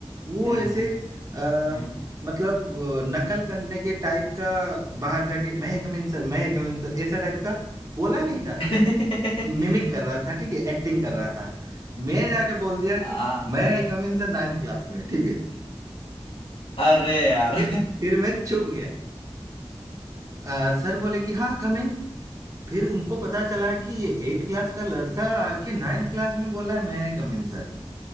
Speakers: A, on the right (about 35°); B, on the left (about 70°).
A: वो
B: हम्म
A: ऐसे
B: हम्म
A: आ,
B: हम्म
A: मतलब अ, नकल करने के टाइप का बाहर जाके मैं कमिंग सर मैं कमिंग सर ऐसा टाइप का बोला नहीं था
B: <laughs>
A: सिर्फ मिमिक कर रहा था ठीक है एक्टिंग कर रहा था मैं जाके बोल दिया
B: आ,
A: कि मैं I come in sir ninth class में ठीक है
B: अरे यार
A: फिर फिर मैं चुप गया आ, सर बोले कि हाँ कम इन फिर उनको पता चला कि ये
B: <laughs>
A: एट क्लास का लड़का आके नाइन्थ क्लास में बोला है मैं आई कम इन सर